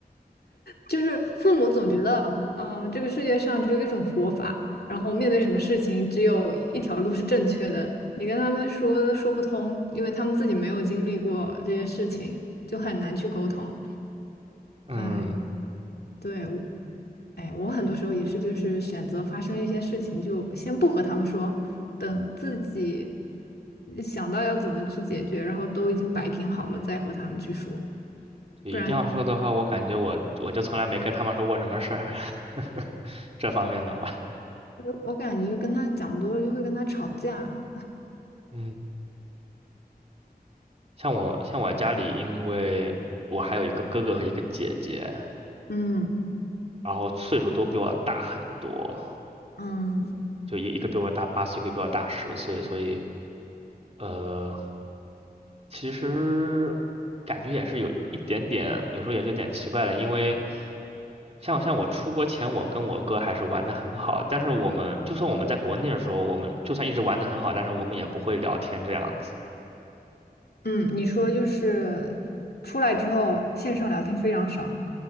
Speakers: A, on the left; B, on the right.
A: 就是父母总觉得，嗯，这个世界上只有一种活法，然后面对什么事情只有一条路是正确的。你跟他们说说不通，因为他们自己没有经历过这些事情，就很难去沟通。
B: 嗯，
A: 哎，对，我，哎，我很多时候也是，就是选择发生一些事情，就先不和他们说，等自己想到要怎么去解决，然后都已经摆平好了，再和他们去说，
B: 对，
A: 不然
B: 一定要说的话，我感觉我我就从来没跟他们说过什么事儿，<laughs> 这方面的话。
A: 我我感觉跟他讲多了就会跟他吵架。
B: 嗯，像我像我家里，因为我还有一个哥哥和一个姐姐，
A: 嗯
B: 然后岁数都比我大很多，
A: 嗯
B: 就一一个比我大八岁，一个比我大十岁，所以呃，其实感觉也是有一点点，有时候也是有点奇怪的，因为像像我出国前，我跟我哥还是玩的很好，但是我们就算我们在国内的时候，我们就算一直玩的很好，但是我们也不会聊天这样子。
A: 嗯，你说就是出来之后线上聊天非常少，